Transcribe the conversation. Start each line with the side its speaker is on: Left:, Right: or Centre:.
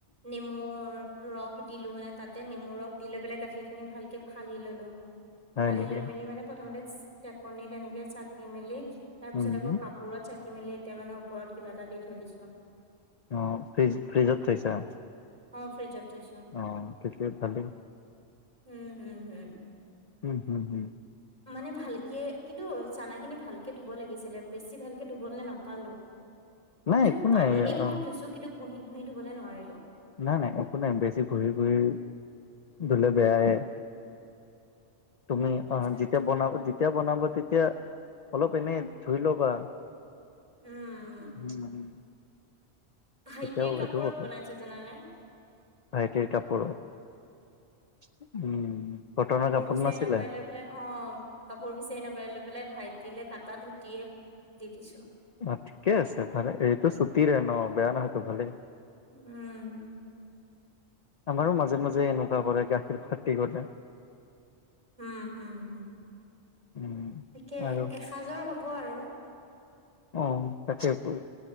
Right: নেমুৰ ৰস দিলোঁ মানে, তাতে নেমু ৰস দি লৈ পেলাই, গাখীৰ খিনি ভালকে ফালি ললোঁ।
Left: হয়
Right: ফালি
Left: নেকি
Right: লৈ মেলি মানে, প্ৰথমতে চেকনি তেনেকে, চাকি-মেলি, তাৰপিছত
Left: উম
Right: আকৌ, কাপ কাপোৰত চাকি মেলি, এতিয়া মানে, ওপৰত কিবা এটা দি থৈ দিছোঁ।
Left: অ'! ফ্ৰিজ, ফ্ৰিজত থৈছা?
Right: অ'! ফ্ৰিজত। থৈছো
Left: অ'! তেতিয়া ভালেই।
Right: উম, উম, উম।
Left: উম, উম, উম।
Right: মানে ভালকে, কিন্তু, চানা খিনি ভালকে ধুব লাগিছিলে, বেছি ভালকে ধুবলে নাপালোঁ।
Left: নাই
Right: মানে,
Left: একো
Right: পানী
Left: নাই
Right: দি বহুত
Left: অ
Right: ধুইছোঁ। কিন্তু, ঘঁহি-ঘঁহি ধুবলৈ নোৱাৰিলোঁ।
Left: নাই, নাই, একো নাই। বেছি ঘঁহি-ঘঁহি ধূলে বেয়াহে। তুমি,
Right: আচ্ছা
Left: অ'! যেতিয়া
Right: আচ্ছা
Left: বনাব, যেতিয়া বনাবা, তেতিয়া অলপ, এনেই ধুই ল'বা।
Right: উম
Left: <unintelligible> উম!
Right: ভাইটিৰ
Left: তেতিয়াও
Right: কাপোৰত
Left: এইটো হ'ল
Right: বনাইছোঁ, জানানে?
Left: ভাইটিৰ কাপোৰ। উম, কটনৰ কাপোৰ
Right: বিচাৰি
Left: নাছিলে?
Right: নাপাই লৈ পেলাই। অ'! কাপোৰ বিচাৰি নাপায়, লৈ পেলাই ভাইটিলে, কাটা ধুতিয়ে দি দিছোঁ।
Left: অ'! ঠিকে আছে, ভালে! এইটো ছুটিৰে ন' বেয়া নহয়তো, ভালেই।
Right: উম!
Left: আমাৰো, মাজে-মাজে এনেকুৱা কৰে, গাখীৰ ফাটি গ'লে।
Right: উম, উম।
Left: উম
Right: তাকে,
Left: আৰু
Right: এসাজৰ হ'ব আৰু।
Left: অ'! <unintelligible>